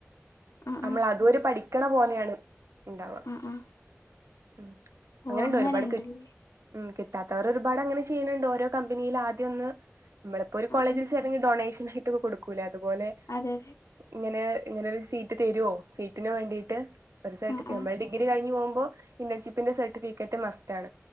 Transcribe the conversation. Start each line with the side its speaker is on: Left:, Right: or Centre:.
Left: ആ
Right: നമ്മള്
Left: ആ
Right: അതൂടി പഠി ക്കണ പോലെയാണ് ഇണ്ടാവു
Left: ആ ആ
Right: ഉം
Left: ഓ
Right: അങ്ങനെണ്ട്
Left: അങ്ങനെയുണ്ടല്ലേ
Right: ഒരുപാട് കി ഉം കിട്ടാത്തവര് ഒരുപാട് അങ്ങനെ ചെയ്യണണ്ട് ഓരോ കമ്പനിയില് ആദ്യം ഒന്ന് നമ്മളിപ്പോ ഒരു
Left: ആഹ്
Right: കോളേജിൽ
Left: ആഹ്
Right: ചേർ ന്ന ഈ ഡൊണേഷനായിട്ടൊക്ക കൊടുക്കൂലേ അതുപോലെ
Left: അതെ
Right: ഇങ്ങനെ ഇങ്ങനൊരു സീറ്റ് തരുവോ സീറ്റിന് വേണ്ടിട്ട് പൈസായിട്ട്
Left: ആഹ്
Right: നമ്മളെ
Left: ആഹ്
Right: ഡിഗ്രി ഡിഗ്രി കഴിഞ്ഞു പോകുമ്പോ ഇന്റേൺഷിപ്പിന്റെ സർട്ടിഫിക്കറ്റ് മസ്റ്റാണ്